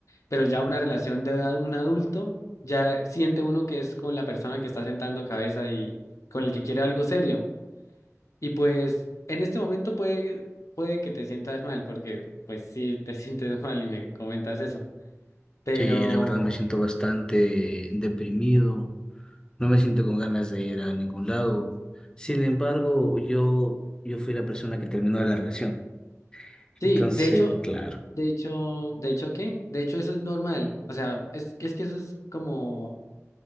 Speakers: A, on the left; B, on the left.
A: Pero ya una relación de edad- un adulto, ya siente uno que es con la persona que está sentando cabeza y con el que quiere algo serio. Y pues en este momento puede, que- puede que te sientas mal, porque pues sí te <laughs> sientes mal y me comentas eso. Pero...
B: Sí, la verdad me siento bastante deprimido. No me siento con ganas de ir a ningún lado. Sin embargo, yo, yo fui la persona que terminó la relación.
A: Sí,
B: Entonces,
A: de hecho,
B: claro.
A: de hecho, de hecho, ¿qué? De hecho, eso es normal. O sea, es que es que eso es como,